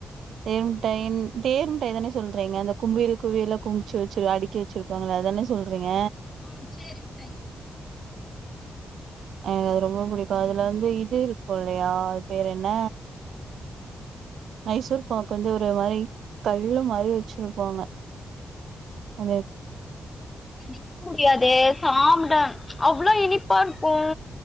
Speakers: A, on the right; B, on the left.
A: தேன் மிட்டாய் தேன்முட்டாய் தானே சொல்றீங்க அந்த கும்பியல குவிய எல்லா கும்பிச்சு வெச்சிரு அடிக்கி வெச்சிருப்பாங்களே அத தானே சொல்றீங்க
B: ஹம் சேரி முட்டாய்
A: ஆ எனக்கு அது ரொம்ப புடிக்கும் அதுல வந்து இது இருக்கோ இல்லையா அது பேரு என்ன மைசூர் பாக்கு வந்து ஒரு மாரி கல்லு மாரி வெச்சிருப்பாங்க அ
B: கடிக்கவு முடியாதே சாப்ட அவ்ளோ இனிப்பா இருக்கோ